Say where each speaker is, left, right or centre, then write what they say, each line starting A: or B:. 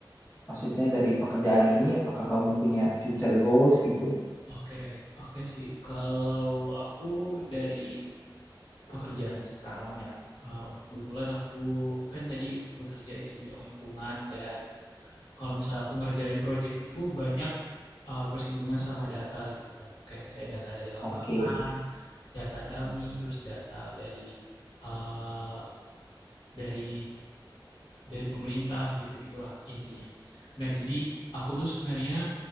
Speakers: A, on the left; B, on the left.
A: Maksudnya dari pekerjaan ini apakah kamu punya future goals gitu?
B: oke, oke sih. Kalau aku dari pekerjaan sekarang ya. Um, kebetulan aku kan tadi bekerja di bidang lingkungan dan kalau misalnya aku ngerjain project itu banyak uh, bersinggungan sama data gitu kan. Kayak misalnya data dari lapangan,
A: Oke.
B: data dummy, terus data dari uh, dari dari pemerintah gitu-gitulah intinya. Nah, jadi aku tuh sebenarnya